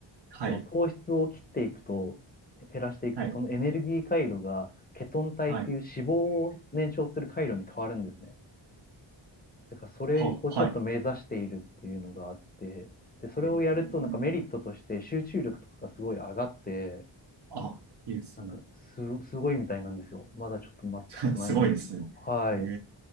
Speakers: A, on the right; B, on the left.
A: はい、
B: その糖質を切っていくと、減らしていくと、
A: はい、
B: そのエネルギー回路がケトン体っていう脂肪を燃焼する回路に変わるんですね。
A: はい、
B: だからそれをちょっと目指しているっていうのがあって、
A: は、は
B: で、それをやるとなんかメリットとして集中力とかがすごい上がって、
A: い。えーあ、いいですね。
B: なんかす、すごいみたいなんですよ。まだちょっとなったことないんですけど。
A: <laughs> すごいですね。
B: はい。
A: え